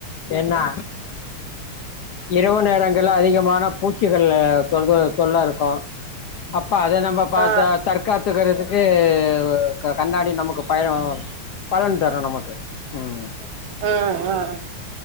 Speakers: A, on the left; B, on the right.
A: என்னா இரவு நேரங்கள் அதிகமான பூச்சி கல தொல்ல தொல் தொல தொல்ல இருக்கும் அப்ப அத நம்ப பார்த்த
B: ஆ
A: தற்காத்துக் வ க கண்ணாடி நமக்கு பய பலன் தரும் நமக்கு உம்
B: ஆஹ் ஆஹ்